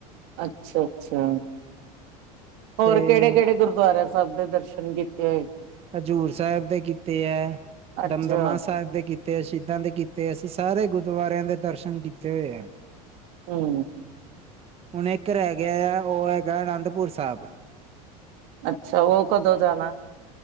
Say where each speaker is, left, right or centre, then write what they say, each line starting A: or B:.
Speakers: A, on the right; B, on the right.
A: ਅੱਛਾ-ਅੱਛਾ, ਹੋਰ
B: ਤੇ
A: ਕਿਹੜੇ-ਕਿਹੜੇ ਗੁਰਦੁਆਰੇ ਸਭ ਦੇ ਦਰਸ਼ਨ ਕੀਤੇ ਹੋਏ।
B: ਹਜ਼ੂਰ ਸਾਹਿਬ ਦੇ ਕੀਤੇ ਹੈ,
A: ਅੱਛਾ,
B: ਦਮਦਮਾ ਸਾਹਿਬ ਦੇ ਕੀਤੇ ਤੇ ਸ਼ਹੀਦਾਂ ਦੇ ਕੀਤੇ ਅਸੀਂ ਸਾਰੇ ਗੁਰਦੁਆਰਿਆਂ ਦੇ ਦਰਸ਼ਨ ਕੀਤੇ ਹੋਏ ਆ
A: ਹੂੰ,
B: ਹੁਣ ਇੱਕ ਰਹਿ ਗਿਆ ਹੈ ਉਹ ਹੈਗਾ ਅਨੰਦਪੁਰ ਸਾਹਿਬ।
A: ਅੱਛਾ ਉਹ ਕਦੋਂ ਜਾਣਾ।